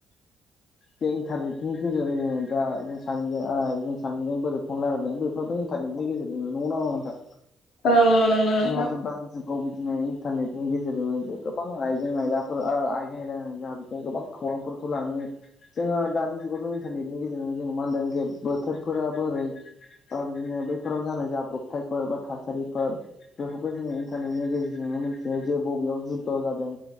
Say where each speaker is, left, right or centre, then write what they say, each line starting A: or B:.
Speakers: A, on the left (about 50°); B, on the left (about 80°).
A: बे इन्टारनेटनि <unintelligible> जों सानैजों ओ जों सानैजों बोरै फन लारायदों बेफोरबो इन्टार नेटनि गेजेरजों नंना नङा नोंथां
B: औ औ नंगौ नोंथां
A: जोंहाथ' दा जुगाव बिदिनो इन्टारनेटनि गेजेरजोंनो गोबां आइजें आयलाफोर आर आइजें <unintelligible> गोबां खौरांफोरखौ लानानै जोङो दानि जुगावथ' इन्टारनेटनि गेजेरजों जों मा होनदों जे बोथोरफोरा बोरै बा दिनो बैफोराव जानाय जाब्रबथायफोर बा थासारिफोर बेखौबो जोङो इन्टारनेटनि गेजेरजोंनो मिथियो जे बबेयाव जुद्ध जादों।